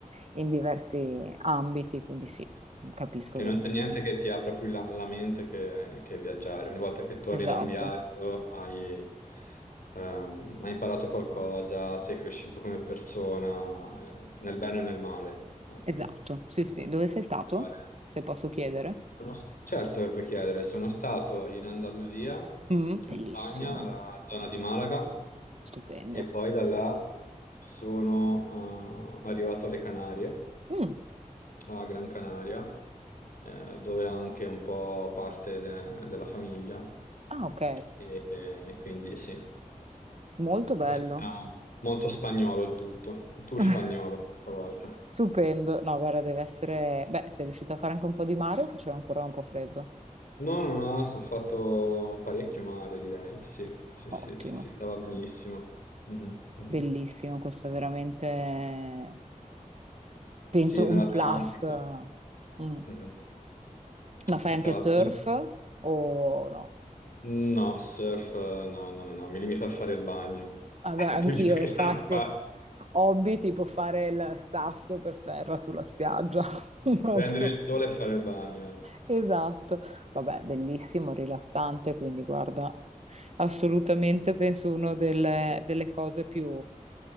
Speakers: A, on the right (about 50°); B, on the left (about 85°).
A: in diversi ambiti, quindi sì, capisco
B: Perché
A: che
B: non
A: sì.
B: c'è niente che ti apra più la, la mente che, che viaggiare. Ogni volta che torni
A: Esatto,
B: da un viaggio hai, ehm, hai imparato qualcosa, sei cresciuto come persona, eh, nel bene e nel male. Ecco.
A: esatto. Sì, sì. Dove sei stato?
B: Viaggiare.
A: Se posso chiedere.
B: Sono- certo che puoi chiedere, sono stato in Andalusia,
A: Mm, bellissimo,
B: in Spagna, nella zona di Malaga,
A: stupendo.
B: e poi da là sono eh, arrivato alle Canarie
A: Mm,
B: a Gran Canaria, eh, dove ha anche un po' parte de- della famiglia,
A: Ah, ok,
B: e, e quindi sì,
A: molto bello.
B: Eh, diciamo, molto spagnolo il tutto, un tour
A: <laughs>
B: spagnolo questa volta.
A: Stupendo. No, guarda, deve essere... Beh, sei riuscito a fare anche un po' di mare o faceva ancora un po' freddo?
B: No, no, no, ho fatto parecchio mare, direi, sì, sì,
A: Ottimo,
B: sì, sì, si stava benissimo. Mhm, mhm.
A: bellissimo, questo è veramente, penso,
B: Sì, nell'Atlantico,
A: un plus. Mm.
B: mhm,
A: Ma fai
B: Si
A: anche
B: stava
A: surf
B: benissimo.
A: o no?
B: No, surf, eh, no, no, no, no, mi limito a fare il bagno.
A: Vabbè,
B: <laughs>
A: anch'io,
B: Più di quello
A: infatti,
B: non faccio.
A: hobby tipo fare il sasso per terra sulla spiaggia, <laughs> proprio.
B: Prendere il sole e fare il bagno, ecco.
A: Esatto. Vabbè, bellissimo, rilassante, quindi guarda, assolutamente penso una delle, delle cose più,